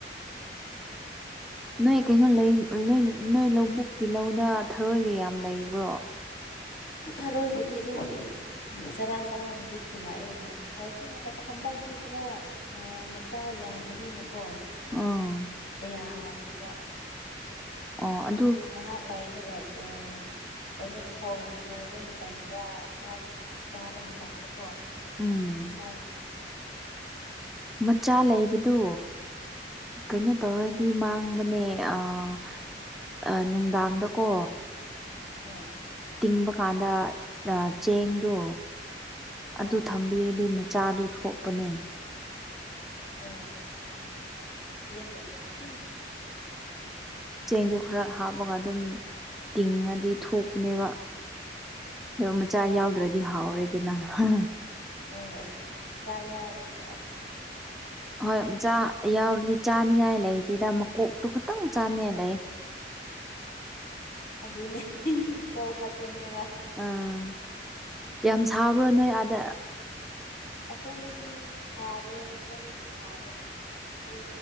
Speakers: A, in the centre; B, on the left (about 60°).
A: ꯅꯣꯏ ꯀꯩꯅꯣ ꯂꯩ ꯅꯣꯏ ꯅꯣꯏ ꯂꯧꯕꯨꯛꯀꯤ ꯂꯧꯗ ꯊꯔꯣꯏꯒ ꯌꯥꯝ ꯂꯩꯕ꯭ꯔꯣ
B: ꯊꯔꯣꯏꯕꯨꯗꯤ ꯑꯗꯨꯝ ꯆꯔꯥ ꯆꯔꯥꯒꯤꯗꯤ ꯈꯨꯜꯂꯛꯑꯦꯕꯣ ꯍꯧꯖꯤꯛꯈꯛꯇꯥ ꯍꯟꯗꯛꯇꯤ ꯈꯔ ꯑꯥ ꯃꯆꯥ ꯌꯥꯝꯕꯅꯤꯅꯀꯣ
A: ꯑꯥ
B: ꯀꯌꯥ ꯍꯥꯎꯇꯕ
A: ꯑꯣ ꯑꯗꯨ
B: ꯑꯗꯣ ꯉꯥꯍꯥꯛ ꯂꯥꯏꯔꯒ ꯑꯥ ꯀꯩꯅꯣ ꯐꯧ ꯍꯧꯕ ꯃꯇꯝꯗ ꯃꯥꯒꯤ ꯆꯥꯕ ꯃꯇꯝꯗ ꯀꯣ
A: ꯎꯝ
B: ꯃꯥꯏꯅ
A: ꯃꯆꯥ ꯂꯩꯕꯗꯨ ꯀꯩꯅꯣ ꯇꯧꯔꯗꯤ ꯃꯥꯡꯕꯅꯦ ꯑꯥ ꯑꯥ ꯅꯨꯡꯗꯥꯡꯗꯀꯣ
B: ꯍꯣꯏ
A: ꯇꯤꯡꯕꯀꯥꯟꯗ ꯗꯥ ꯆꯦꯡꯗꯣ
B: ꯑꯣ
A: ꯑꯗꯨ ꯊꯝ ꯄꯤꯔꯗꯤ ꯃꯆꯥꯗꯨ ꯊꯣꯛꯄꯅꯦ
B: ꯑꯣ ꯑꯗꯨꯒꯥ <inaudible> ꯇꯤꯡ
A: ꯆꯦꯡꯗꯣ ꯈ꯭ꯔ ꯍꯥꯞꯄꯒ ꯑꯗꯨꯝ ꯇꯤꯡꯉꯗꯤ ꯊꯨꯕꯅꯦꯕꯥ ꯗꯣ ꯃꯆꯥ ꯌꯥꯎꯗ꯭ꯔꯗꯤ ꯍꯥꯎꯔꯦꯗꯅ ꯍꯥ
B: ꯍꯣꯏ <inaudible> ꯆꯥ ꯌꯥꯎꯔꯗꯤ ꯑꯁ
A: ꯍꯣꯏ ꯃꯥꯆꯥ ꯌꯥꯎꯔꯗꯤ ꯆꯥꯅꯤꯡꯉꯥꯏ ꯂꯩꯇꯦꯗ ꯃꯀꯣꯛꯇꯣ ꯈꯇꯪ ꯆꯥꯅꯤꯡꯉꯥꯏ ꯂꯩ
B: ꯑꯗꯨꯅꯦ ꯃꯀꯣ ꯈꯛꯇꯅꯦꯕ
A: ꯑꯥ ꯌꯥꯝ ꯁꯥꯕ꯭ꯔꯣ ꯅꯣꯏ ꯑꯥꯗ
B: <inaudible> ꯁꯥꯗꯦ <inaudible> ꯁꯥꯗꯦ ꯍꯣꯏ